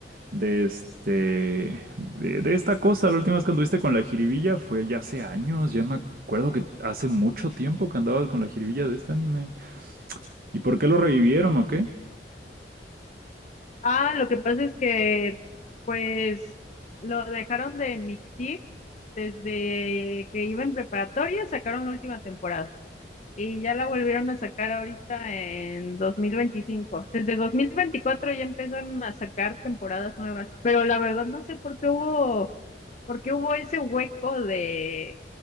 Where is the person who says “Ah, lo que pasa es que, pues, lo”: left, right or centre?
Left